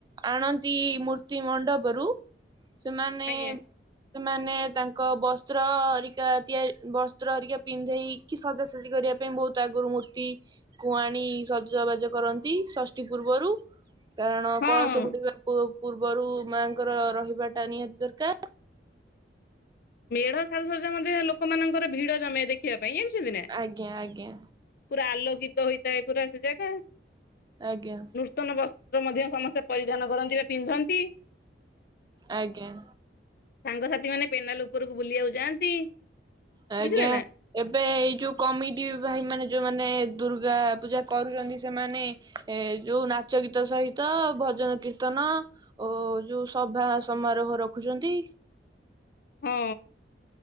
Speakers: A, on the right; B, on the left.
A: ଆଣନ୍ତି ମୂର୍ତ୍ତି ମଣ୍ଡପରୁୁ ସେମାନେ
B: ଆଜ୍ଞା
A: ସେମାନେ ତାଙ୍କ ବସ୍ତ୍ର ଅରିକା ତିଆରି ବସ୍ତ୍ର ଅରିକା ପିନ୍ଧେଇ କି ସଜାସଜି କରିବା ପାଇଁ ବହୁତ ଆଗରୁ ମୂର୍ତ୍ତି କୁଆଣି ସଜବାଜ କରନ୍ତି ଷଷ୍ଠୀ ପୂର୍ବରୁ। କାରଣ
B: ହଁ।
A: କଳସ ବୁଡିବା ପୂର୍ବରୁ ମାଙ୍କର ରହିବା ଟା ନିହାତି ଦରକାର।
B: ମେଢ ସାଜସଜ୍ଜା ମଧ୍ୟ ଲୋକମାନଙ୍କର ଭିଡ ଜମେ ଦେଖିବା ପାଇଁ ଯାଣିଛନ୍ତି ନା?
A: ଆଜ୍ଞା ଆଜ୍ଞା
B: ପୁରା ଆଲୋକିତ ହେଇଥାଏ ପୁରା ସେ ଜାଗା।
A: ଆଜ୍ଞା।
B: ନୂତନ ବସ୍ତ୍ର ମଧ୍ୟ ସମସ୍ତେ ପରିଧାନ କରନ୍ତି ବା ପିନ୍ଧନ୍ତି।
A: ଆଜ୍ଞା।
B: ସାଙ୍ଗସାଥି ମାନେ ପେନାଲ ଉପରକୁ ବୁଲିବାକୁ ଯାଆନ୍ତି।
A: ଆଜ୍ଞା।
B: ବୁଝିଲେ ନା
A: ଏବେ ଏଇ ଯୋଉ କମିଟି ଭାଇ ମାନେ ଯୋଉମାନେ ଦୁର୍ଗା ପୂଜା କରୁଛନ୍ତି ସେମାନେ ଏ ଯୋଉ ନାଚ ଗୀତ ସହିତ ଭଜନ କୀର୍ତ୍ତନ ଓ ଯୋଉ ସଭା ସମାରୋହ ରଖୁଛନ୍ତି।
B: ହଁ।